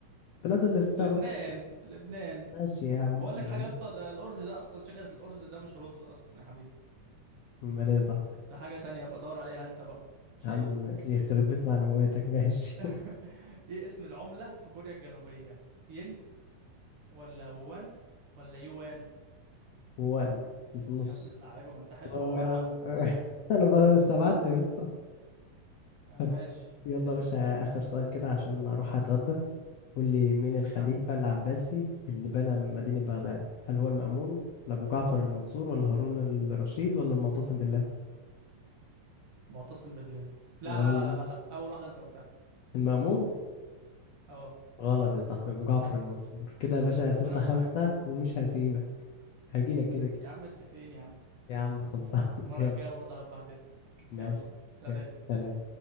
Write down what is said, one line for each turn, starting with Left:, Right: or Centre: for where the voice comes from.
Left: بلاد اللي فيها
Right: لبنان
Left: رز
Right: لبنان
Left: ماشي يا عم
Right: واقول لك حاجة
Left: ماشي
Right: يا اسطى ده الأرز ده أصلا شجرة الأرز ده مش رز أصلا يا حبيبي
Left: أمال إيه يا صاحبي
Right: ده حاجة تانية ابقى دور عليها أنت بقى مش
Left: يا
Right: قايل
Left: عم ماشي
Right: لك.
Left: يخرب بيت معلوماتك ماشي
Right: <laughs> إيه اسم العملة في كوريا الجنوبية ين ولا وان ولا يوان
Left: <laughs> وان اللي في النص
Right: يا ابن اللعيبة ما أنت حلو
Left: و...
Right: أهو يا عم
Left: <laughs> أنا بقى استبعدت يا اسطى
Right: يا عم
Left: طب
Right: ماشي
Left: يلا
Right: اسأل
Left: يا باشا آخر سؤال كده عشان أروح أتغدى قول لي مين
Right: ماشي
Left: الخليفة
Right: يا عم
Left: العباسي اللي بنى مدينة بغداد هل هو المأمون ولا أبو جعفر المنصور ولا هارون الرشيد ولا المعتصم بالله
Right: معتصم بالله لا
Left: غلط
Right: لا لا لا لا أول واحدة أنت قلتها
Left: المأمون
Right: أه
Left: غلط يا صاحبي أبو جعفر المنصور كده يا باشا ستة
Right: ربنا معاك
Left: خمسة ومش هسيبك هجيلك كده كده
Right: يا عم متفقين يا عم
Left: يا عم خلصان <laughs>
Right: المرة
Left: يلا
Right: الجاية برضه هبهدلك
Left: ماشي
Right: يلا سلام
Left: يلا سلام